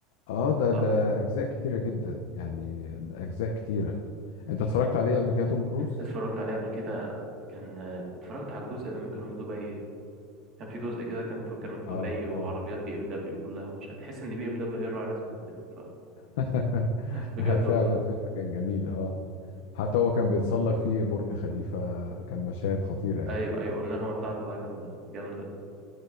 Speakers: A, on the left (about 80°); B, on the right (about 35°).
A: اه ده
B: صح
A: ده اجزاء كتيره جدا يعني اجزاء كتيره انت اتفرجت عليه قبل كده توم كروز
B: اتفرجت عليه قبل كده كان اتفرجت على الجزء لما كانوا في دبي كان في جزء كده كان في كانوا في
A: اه
B: دبي
A: آه.
B: وعربيات بي ام دبليو كلها ومش هتحس ان بي ام دبليو هي الراعي الرسمي للفيلم
A: <laughs>
B: فبجد <laughs> والله
A: فعلا فيلم كان جميل اه حتى هو كان بيتسلق فيه برج خليفة كان مشاهد خطيرة يعني
B: ايوه ايوه والنغمه بتاعته بقى جامده جامده